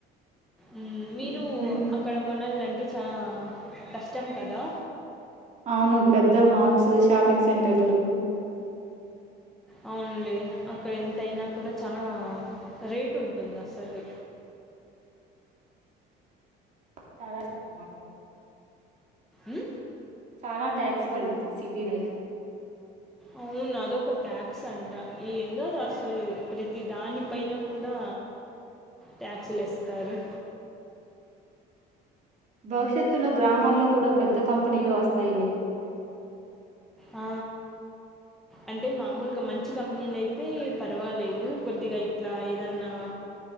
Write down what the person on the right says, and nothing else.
హ్మ్.
హ్మ్.
అవును పెద్ద మాల్స్ షాపింగ్ సెంటర్లు
చాలా ఇస్ట్
చాలా ట్యాక్స్ పడిద్ది సిటీ లైఫ్
భవిష్యత్తులో గ్రామాల్లో కూడా పెద్ద కంప్ పనీలో వస్తాయిలే